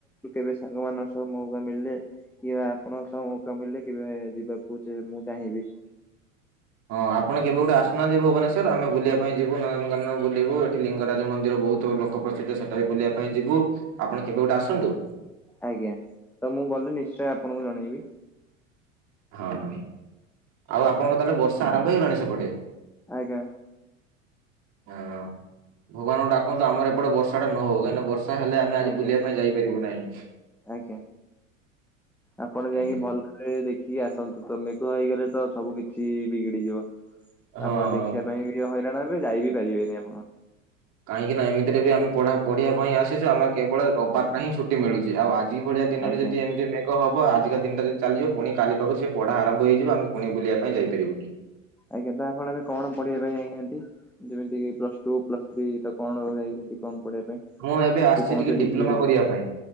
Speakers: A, in the centre; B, on the right.
A: କେବେ ସାଙ୍ଗମାନଙ୍କ ସହ ମୌକା ମିଳିଲେ କିବା ଆପଣଙ୍କ ସହ ମୌକା ମିଳିଲେ କେବେ ଯିବାକୁ ସେ ମୁଁ ଚାହିଁବି।
B: ହଁ ଆପଣ କେବେ ଗୋଟେ ଆସୁନାହାନ୍ତି ଭୁବନେଶ୍ୱର ଆମେ ବୁଲିବୁ ପାଇଁ ଯିବୁ ନନ୍ଦନକାନନ ବୁଲିବୁ ଏଠି ଲିଙ୍ଗରାଜ ମନ୍ଦିର ବହୁତ ଲୋ <unintelligible> ସେଟା ବି ବୁଲିବା ପାଇଁ ଯିବୁ ଆପଣ କେବେ ଗୋଟେ ଆସନ୍ତୁ।
A: ଆଜ୍ଞା ତ ମୁଁ ଗଲେ ନିଶ୍ଚୟ ଆପଣଙ୍କୁ ଜଣେଇବି।
B: ହଁ ଆଉ ଆପଣଙ୍କ ତାହେଲେ ବର୍ଷା ଆରମ୍ଭ ହେଇଗଲାଣି ସେପଟେ।
A: ଆଜ୍ଞା।
B: ହଁ ଭଗବାନଙ୍କୁ ଡାକନ୍ତୁ ଆମର ଏପଟେ ବର୍ଷା ଟା ନ ହଉ କାହିଁ ନା ବର୍ଷା ଷା ହେଲେ ଆମେ ଆଜି
A: ଆଜ୍ଞା
B: ବୁଲିବା ପାଇଁ ଯାଇପାରିବୁ ନାହିଁ।
A: ଆଜ୍ଞା। ଆପଣ ଯାଇକି
B: ଆଜ୍ଞା
A: ଭଲ ରେ ଦେଖିକି ଆସନ୍ତୁ ତ ମେଘ ହେଇଗଲେ ତ ସବୁ କିଛି ବିଗିଡିଯିବ।
B: ହଁ
A: ଆପଣ ଦେଖିବା ପାଇଁ ବି ହଇରାଣ ହେବେ ଯାଇ ବିି ପାରିବେନି ଆପଣ।
B: କାହିଁକି ନା ଏମିତିରେ ଵି ଆମେ- ପଢା ପଢ଼ିବା ପାଇଁ ଆସିଛୁ ଆମର କେବଳ ରବିବାରଟା ହିିଁ ଛୁଟି ମିଳୁଛି ଆଉ ଆଜି ଭଳିଆ ଦିନରେ
A: ଆଜ୍ଞା।
B: ଯଦି ଏମିତି ମେ ମେଘ ହବ ଆଜିକା ଦିନଟି ଯି ଚାଲିଯିବ ପୁଣି କାଲି ପାଖରୁ ସେ ପଢା ଆରମ୍ଭ ହେଇଯିବ ଆମେ ପୁଣି ବୁଲିବା ପାଇଁ ଯାଇପାରିବୁନି।
A: ଆଜ୍ଞା ତ ଆପଣ ଏବେ କଣ ପଢିବା ପାଇଁ ଯାଇଚନ୍ତି? ଯେମିତି କି ପ୍ଲସ ଟୁ ପ୍ଲସ ଥ୍ରୀ ତ କଣ ଯାଇଛନ୍ତି କଣ ପଢିବା ପାଇଁ
B: ମୁଁ ଏବେ ଆସିଛି
A: କି କୌଣସି
B: ଟିକେ ଡିପ୍ଲୋମା
A: ଡିଗ୍ରୀ ହଉ
B: କରିବା ପାଇଁ